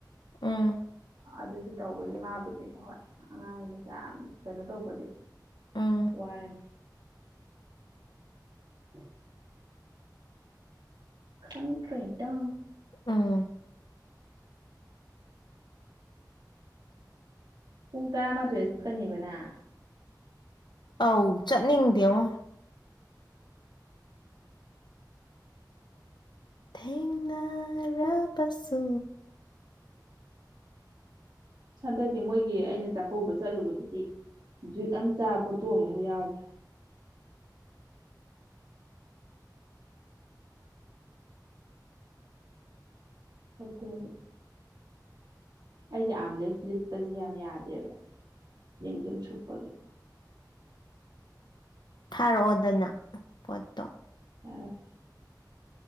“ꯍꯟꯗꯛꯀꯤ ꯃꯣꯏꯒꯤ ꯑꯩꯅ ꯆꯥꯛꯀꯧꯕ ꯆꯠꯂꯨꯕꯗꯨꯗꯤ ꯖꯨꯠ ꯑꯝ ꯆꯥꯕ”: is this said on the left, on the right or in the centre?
Right